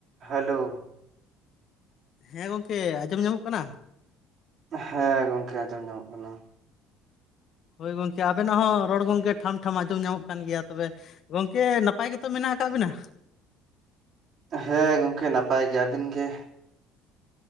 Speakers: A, on the right (about 45°); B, on the left (about 45°).
A: ᱦᱮᱞᱳ
B: ᱦᱮᱸ ᱜᱚᱢᱠᱮ ᱟᱸᱡᱚᱢ ᱧᱟᱢᱚᱜ ᱠᱟᱱᱟ?
A: ᱦᱮᱸ ᱜᱚᱝᱠᱮ ᱟᱸᱡᱚᱢ ᱧᱟᱢᱚᱜ ᱠᱟᱱᱟ᱾
B: ᱦᱳᱭ ᱜᱚᱝᱠᱮ ᱟᱵᱮᱱᱟᱜ ᱦᱚᱸ ᱨᱚᱲ ᱜᱚᱝᱠᱮ ᱴᱷᱟᱢ ᱴᱷᱟᱢ ᱟᱸᱡᱚᱢ ᱧᱟᱢᱚᱜ ᱠᱟᱱ ᱜᱮᱭᱟ ᱛᱚᱵᱮ ᱜᱚᱝᱠᱮ ᱱᱟᱯᱟᱭ ᱜᱮᱛᱚ ᱢᱮᱱᱟᱜ ᱟᱠᱟᱟᱜ ᱵᱮᱱᱟ?
A: ᱦᱮᱸ ᱜᱚᱝᱠᱮ ᱱᱟᱯᱟᱭ ᱜᱮᱭ, ᱟᱵᱤᱱ ᱜᱮ?